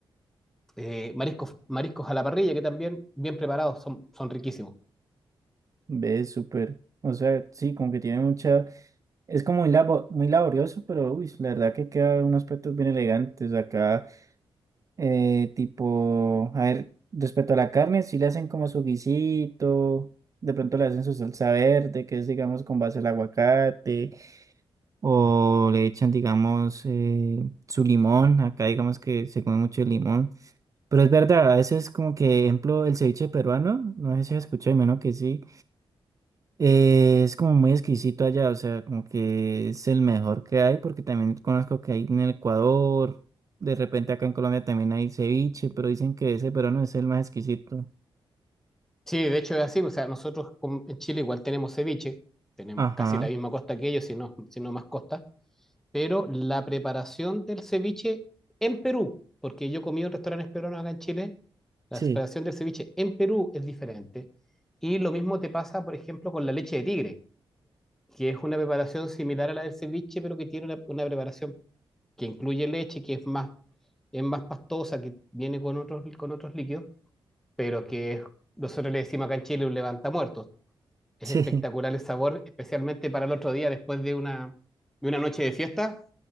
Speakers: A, in the centre; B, on the right.
A: eh, mariscos, mariscos a la parrilla, que también bien preparados son, son riquísimos.
B: ve súper, o sea, sí, como que tiene mucha... Es como muy, labo- muy laborioso, pero uy, la verdad que queda unos aspectos bien elegantes. Acá Eh, tipo, a ver, respecto a la carne, si le hacen como su guisito, de pronto le hacen su salsa verde, que es, digamos, con base al aguacate, o le echan, digamos, eh, su limón, acá digamos que se come mucho el limón, pero es verdad, a veces como que, ejemplo, el ceviche peruano, no sé si has escuchado, menos que sí. Eh, es como muy exquisito allá, o sea, como que es el mejor que hay, porque también conozco que hay en el Ecuador, de repente acá en Colombia también hay ceviche, pero dicen que ese peruano es el más exquisito.
A: Sí, de hecho es así, o sea, nosotros con- en Chile igual tenemos ceviche, tenemos
B: Ajá,
A: casi la misma costa que ellos, si no, si no más costa, pero la preparación del ceviche en Perú, porque yo comí en restaurantes peruanos acá en Chile, la
B: sí,
A: preparación del ceviche en Perú es diferente. Y lo mismo te pasa, por ejemplo, con la leche de tigre, que es una preparación similar a la del ceviche, pero que tiene una, una preparación que incluye leche, que es más, es más pastosa, que viene con otros, con otros líquidos, pero que es- nosotros le decimos acá en Chile un levantamuertos. Es
B: <laughs>
A: espectacular
B: sí,
A: el sabor, especialmente para el otro día después de una, de una noche de fiesta.